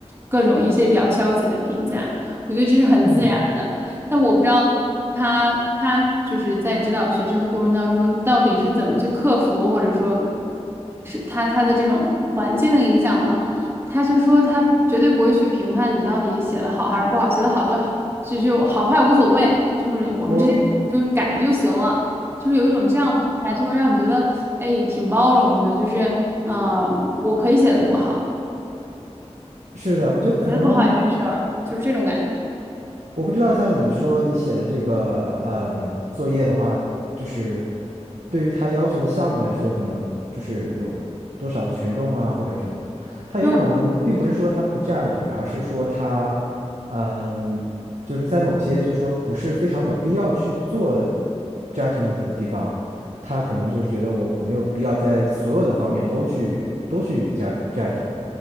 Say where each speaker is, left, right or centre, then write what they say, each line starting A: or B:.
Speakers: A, on the right (about 20°); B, on the right (about 85°).
A: 各种一些比较消极的评价。我觉得这是很自然的。
B: 嗯。
A: 但我不知道他他就是在指导学生的过程当中，到底是怎么去克服，或者说是他他的这种环境的影响吗？他就说他绝对不会去评判你到底写的好还是不好，写的好就好，就就好坏无所谓，就是我们直接就改就行了，
B: 我
A: 就是有一种这样的状态就会让你觉得哎挺包容的，就是嗯、呃我可以写的不好，
B: 是的，我觉得可能，
A: 写的不好也没事儿，就是这种感觉。
B: 我不知道，像你说你写的这个，嗯，作业的话，就是对于他要求的项目来说，可能就是有多少的权重啊，或者什么的。他有可能并不是说他不
A: 就
B: judge 你，而是说他，嗯，就是在某些就是说不是非常有必要去做 judgment 的地方，他可能就是觉得我我没有必要在所有的方面都去都去 judge judge 你，